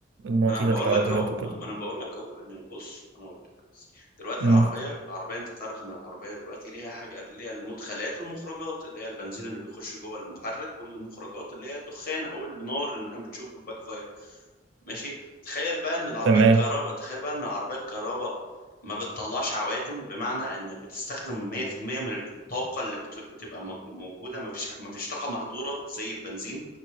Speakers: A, on the right; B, on the left.
A: المواضيع
B: انا بقول
A: بتاعت العربيات
B: لك اهو ما
A: وكده
B: ما انا بقول لك اهو ان بص انا اقول لك دلوقتي
A: مم،
B: العربيه العربيه انت تعرف ان العربيه دلوقتي ليها حاجه ليها المدخلات والمخرجات اللي هي البنزين اللي بيخش جوه المحرك والمخرجات اللي هي الدخان او النار اللي احنا بنشوفه الباك فاير ماشي تخيل بقى ان العربيه
A: تمام
B: الكهرباء تخيل بقى ان العربيه الكهرباء ما بتطلعش عوادم بمعنى ان بتستخدم 100% من الطاقه اللي بت- بتبقى مج- موجوده ما فيش ما فيش طاقه مهدوره زي البنزين